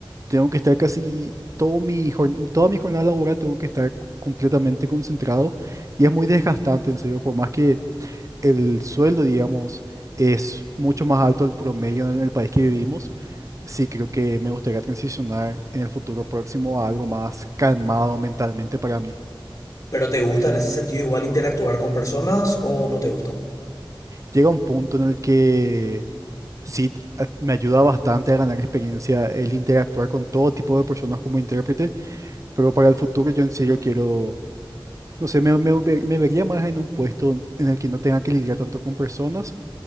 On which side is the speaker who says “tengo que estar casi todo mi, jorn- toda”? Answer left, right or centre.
Right